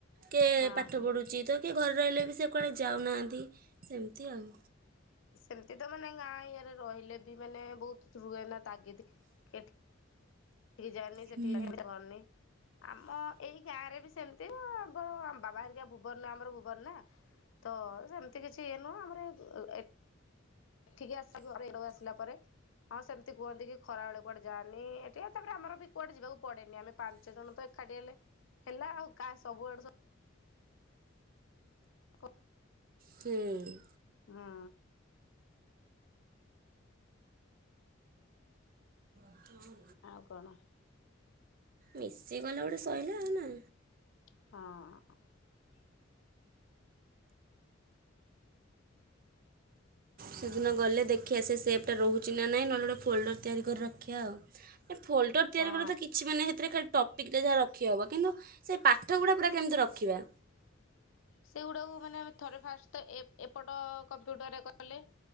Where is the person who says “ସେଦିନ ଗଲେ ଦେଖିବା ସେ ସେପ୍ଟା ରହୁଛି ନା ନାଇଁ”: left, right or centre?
Right